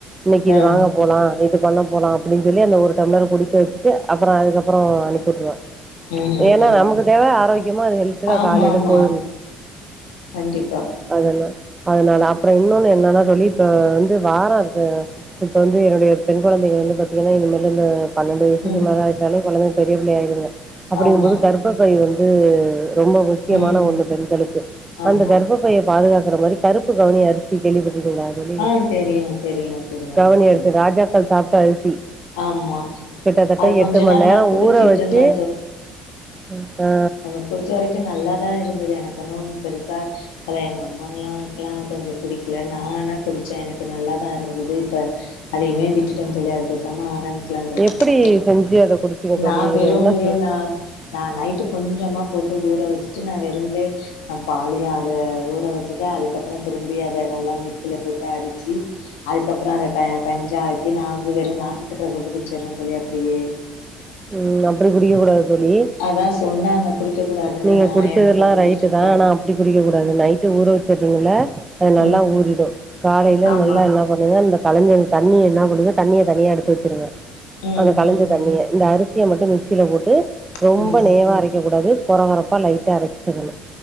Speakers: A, on the right; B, on the left.
A: இன்னைக்கு
B: ஆ
A: இது வாங்கப் போலா இது பண்ண போலா அப்டின்னு சொல்லி அந்த ஒரு டம்ளர குடிக்க வச்சுட்டு அப்புற அதுக்கப்புற அனுப்பிட்டுருவ
B: ம் ம்
A: ஏன்னா
B: ம்
A: நமக்கு
B: ம்.
A: தேவ ஆரோக்கியமா அது ஹெல்த்டா
B: ஆமா
A: காலையில
B: ஆமா
A: போவுது
B: கண்டிப்பா
A: அதன அதனால அப்புற இன்னொன்னு என்னன்னா தோழி இப்ப வந்து வார அது இப்ப வந்து என்னுடைய பெண் கொழந்தைகள் வந்து பாத்தீங்கன்னா இனிமேலு இந்த பன்னெண்டு வயசுக்கு
B: ம்
A: மேல ஆயிட்டாலே கொழந்தை பெரிய புள்ள ஆயிருங்க அப்டிங்கும்போது
B: ஆமா
A: கர்பப்பை
B: ஆமா
A: வந்து ரொம்ப முக்கியமான
B: ம்
A: ஒன்னு பெண்களுக்கு
B: ஆமா
A: அந்த கர்ப்பப் பைய பாதுகாக்கற மாரி கருப்புக் கவனி அரிசி கேள்விப்பட்டிருக்கீங்களா தோழி
B: ஆ தெரியு தெரியு தெரியு
A: கவனி
B: தோழி
A: அரிசு ராஜாக்கள் சாப்ட்ட அரிசி
B: ஆமா
A: கிட்டத்தட்ட
B: அது
A: எட்டு
B: கொஞ்ச
A: மண்நேர
B: நாள் நா குடிச்சிட்டு
A: ஊற வச்சு
B: இருந்தே
A: ம் ஆ
B: நாங்க குடிச்ச வரைக்கு நல்லாதா இருந்தது எனக்கு ஒன்னும் பெருசா செல எங்க அம்மாங்கல்லாக்கெல்லா கொஞ்ச புடிக்கல நா ஆனா குடிச்சே எனக்கு நல்லாதா இருந்தது இப்ப அதையுமே விட்டுட்டன் தோழி அது பேசாம ஆரம் பிக்கலா இப்ப
A: எப்படி
B: குடிக்க
A: செஞ்சு அத குடிச்சீங்க தோழி
B: நா வெறும்லே
A: என்ன செ-
B: நா நா நைட்டுக் கொஞ்சமாக போட்டு ஊற வச்சுட்டு நா வெறும்லே நா பாலயும் அத ஊற வச்சுட்டு அதுக்கப்புறம் திரும்பி அத நல்லா மிக்சில போட்டு அடிச்சு அதுக்கப்புறம் அத க கஞ்சாக்கி நா வந்து வெறும் நாட்டுச்சக்கர போட்டு குடிச்சிறே தோழி அப்டியே
A: ம் அப்டி குடிக்க கூடாது தோழி
B: அதான் சொன்னாங்க குடிக்க கூடாதுன்னு
A: நீங்க
B: நா
A: குடிச்சதெல்லா
B: எனக்கு அப்டி
A: ரைட்டு
B: குடிச்சுட்டே
A: தா ஆனா அப்டி குடிக்க கூடாது நைட்டு ஊற வச்சிருங்கள்ல அது நல்லா
B: ம்
A: ஊறிடும்
B: ம்
A: காலையில
B: ஆமா
A: நல்லா என்ன பண்ணுங்க அந்த கலைஞ்ச அந்த தண்ணிய என்ன பண்ணுங்க தண்ணிய தனியா எடுத்து வச்சிருங்க
B: ம்
A: அந்த கலைஞ்ச
B: ம்
A: தண்ணிய இந்த அரிசிய மட்டும் மிக்சியில போட்டு
B: ம்
A: ரொம்ப நேவா அரைக்கக் கூடாது கொற கொறப்பா லைட்டா அரைச்சுக்கணு